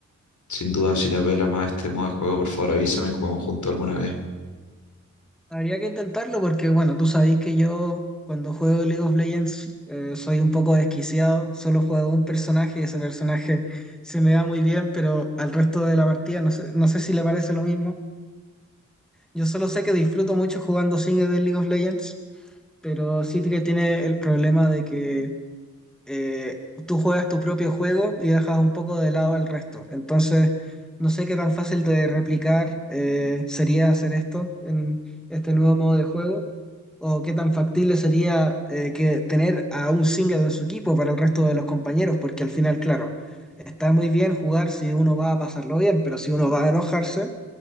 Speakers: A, on the left (about 70°); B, in the centre.
A: Sin duda, si te apela más este modo de juego, por favor avísame y jugamos juntos alguna vez.
B: Habría que intentarlo porque, bueno, tú sabés que yo cuando juego League of Legends eh, soy un poco desquiciado, solo juego un personaje y ese personaje se me da muy bien, pero al resto de la partida no sé, no sé si le parece lo mismo. Yo solo sé que disfruto mucho jugando single de League of Legends, pero sí que tiene el problema de que eh, tú juegas tu propio juego y dejas un poco de lado al resto. Entonces, no sé qué tan fácil de replicar eh, sería hacer esto en este nuevo modo de juego o qué tan factible sería eh, que tener a un singlet en su equipo para el resto de los compañeros, porque al final, claro, está muy bien jugar si uno va a pasarlo bien, pero si uno va a enojarse,